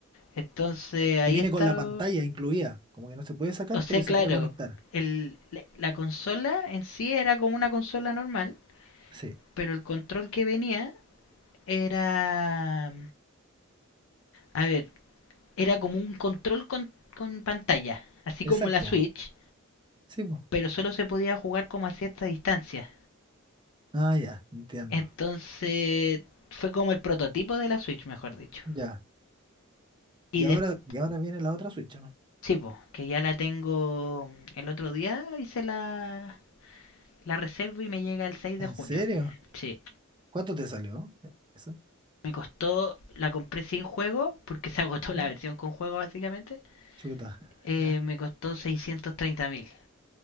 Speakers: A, on the left; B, on the right.
A: Entonces, ahí
B: Que viene
A: está
B: con la pantalla incluida. Como que no se puede sacar,
A: o sea,
B: pero
A: claro,
B: se puede conectar.
A: el, la consola en sí era como una consola normal
B: Sí,
A: pero el control que venía era, a ver, era como un control con, con pantalla, así
B: exacto.
A: como la Switch,
B: Sí, pues.
A: pero solo se podía jugar como a cierta distancia.
B: Ah, ya, entiendo.
A: Entonces fue como el prototipo de la Switch, mejor dicho.
B: Ya.
A: Y
B: Y ahora,
A: después,
B: y ahora viene la otra Switch, ¿o ¿no?
A: sí, po, que ya la tengo el otro día, hice la, la reserva y me llega el 6
B: ¿En
A: de junio.
B: serio?
A: Sí,
B: ¿Cuánto te salió? ¿Esa?
A: me costó, la compré sin juego, porque <laughs> se agotó
B: ¿Ya?
A: la versión con juego básicamente.
B: Chuta,
A: Eh,
B: ya.
A: me costó 630 mil.